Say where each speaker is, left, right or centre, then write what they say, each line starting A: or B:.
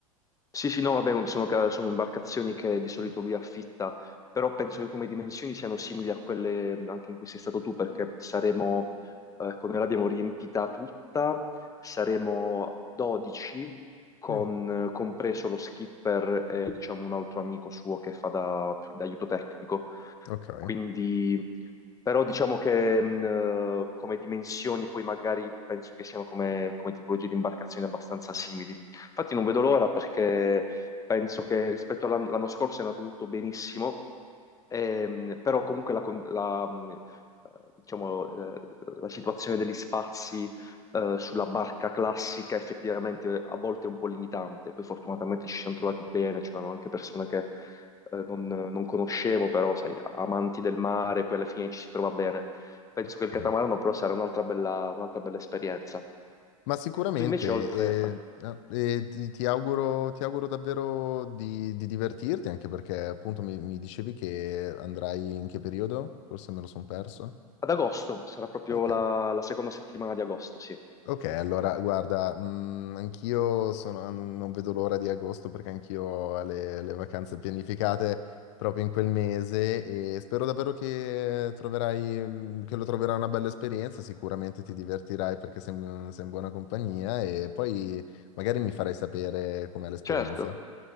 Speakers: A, on the left (about 20°); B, on the left (about 55°).
A: Sì, sì, no, vabbè, sono, ca- sono imbarcazioni che di solito lui affitta, però penso che come dimensioni siano simili a quelle mh, anche in cui sei stato tu, perché saremo, eh, come l'abbiamo riempita tutta, saremo 12, con,
B: Mm,
A: compreso lo skipper e diciamo un altro amico suo che fa da, da aiuto tecnico.
B: ok.
A: Quindi, però diciamo che mh, eh, come dimensioni poi magari penso che siano come, come tipologie di imbarcazioni abbastanza simili. Infatti non vedo l'ora perché penso che rispetto all'an- all'anno scorso è andato tutto benissimo Ehm, però comunque la, con- la, mh, eh, diciamo, eh, la situazione degli spazi eh, sulla barca classica effettivamente a volte è un po' limitante. Poi fortunatamente ci siamo trovati bene, c'erano anche persone che eh, non, non conoscevo, però sai, amanti del mare, poi alla fine ci si trova bene. Penso
B: ok.
A: che il catamarano però sarà un'altra bella, un'altra bella esperienza.
B: Ma sicuramente,
A: Tu invece oltre
B: eh,
A: a-
B: eh, eh, ti, ti auguro, ti auguro davvero di, di divertirti, anche perché appunto mi, mi dicevi che andrai in che periodo? Forse me lo sono perso.
A: ad agosto, sarà proprio
B: Ok.
A: la, la seconda settimana di agosto, sì.
B: Ok, allora guarda, mm, anch'io sono- ah, non non vedo l'ora di agosto perché anch'io ho le, le vacanze pianificate proprio in quel mese e spero davvero che troverai, mm, che lo troverai una bella esperienza, sicuramente ti divertirai perché sei, mm, sei in buona compagnia e poi magari mi farai sapere com'è l'esperienza.
A: Certo,